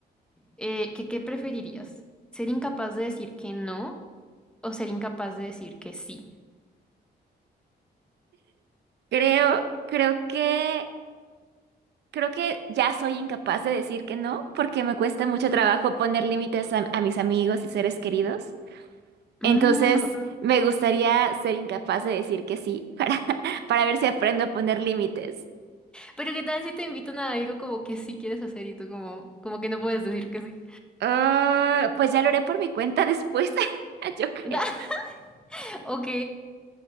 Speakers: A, in the centre; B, on the right.
A: eh, que qué preferirías? ¿Ser incapaz de decir que no o ser incapaz de decir que sí?
B: Creo, creo que Creo que ya soy incapaz de decir que no, porque me cuesta mucho trabajo poner límites a, a mis amigos y seres queridos. Entonces,
A: Mm, o-
B: me gustaría ser incapaz de decir que sí <laughs> para, para ver si aprendo a poner límites.
A: pero qué tal si te invitan a algo como que sí quieres hacer y tú como, como que no puedes decir que sí.
B: Ah, pues ya lo haré por mi cuenta después, <laughs> yo creo.
A: <laughs> Ok.